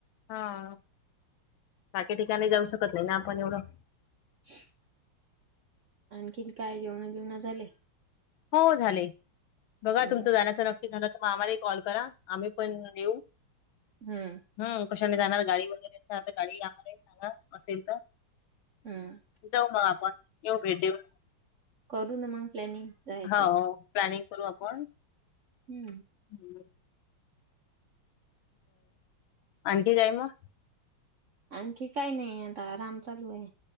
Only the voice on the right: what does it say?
<inaudible> आणखीन काय जेवण बीवण झाले?
हम्म
हम्म
हम्म
करू ना मग प्लॅनिंग. जायची
हम्म
आणखी काही नाही आता आराम चालू आहे.